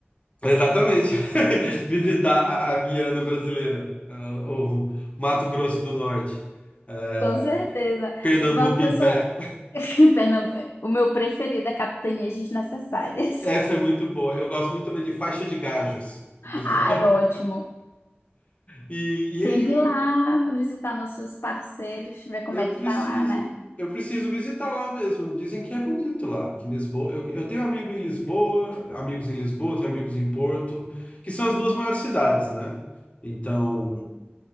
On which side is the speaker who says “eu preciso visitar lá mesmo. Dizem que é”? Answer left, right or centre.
Left